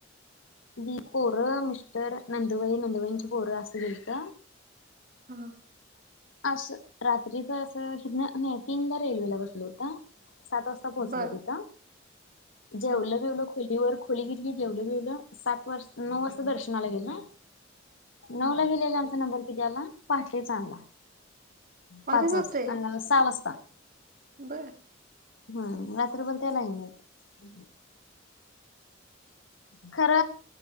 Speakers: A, on the left; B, on the right.
A: मी, पोरं, मिस्टर, नंदुबाई, नंदुबाईची पोरं असं गेलत.
B: हा
A: असं रात्रीच अस हि नाही तीनला रेल्वेला बसल होत. सात वाजता पोहोचले
B: बर
A: तिथं जेवला
B: हा
A: बीवलं खोलीवर खोली घेतली जेवल बीवल सात वाजता नऊ वाजता दर्शनाला गेल ना
B: हा
A: नऊला गेलेला आमचा नंबर याला पहाटेच आला पाच
B: अरे बापरे
A: वाजता सहा वाजता
B: बर
A: हम्म रात्रभर त्या लायनीत खर